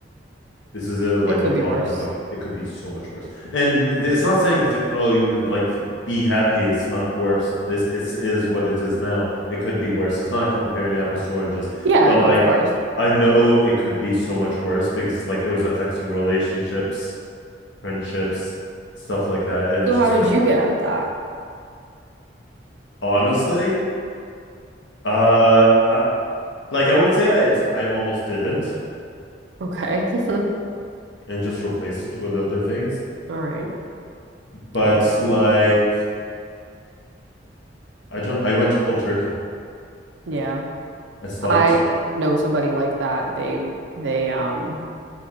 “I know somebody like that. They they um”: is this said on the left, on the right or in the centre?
Right